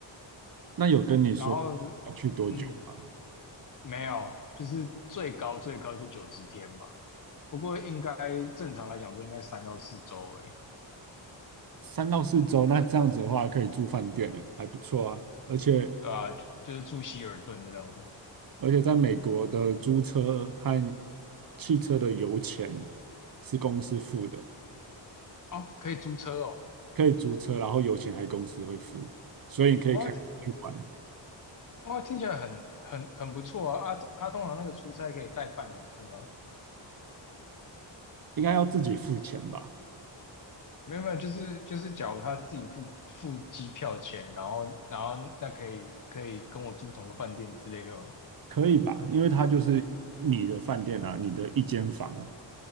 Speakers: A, on the right (about 50°); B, on the left (about 45°).
A: 那有跟你说要去多久吗？
B: 然后嗯，没有，就是最高最高就九十天嘛，不过应该正常来讲说应该三到四周而已，
A: 三到四周，那这样子的话可以住饭店呢，还不错啊。而且
B: 对啊，就就是住希尔顿这样子。
A: 而且在美国的租车和汽车的油钱是公司付的，
B: 哦，可以租车哦。
A: 可以租车，然后油钱还公司会付，所以你可以开去玩，
B: 哦，哦，听起来很很很不错啊！阿阿通常那个出差可以带伴侣去吗？
A: 应该要自己付钱吧？
B: 没有没有，就是就是，假如他自己付付机票钱，然后然后那可以可以跟我住同个饭店之类的吗？
A: 可以吧？因为它就是你的饭店啊，你的一间房啊。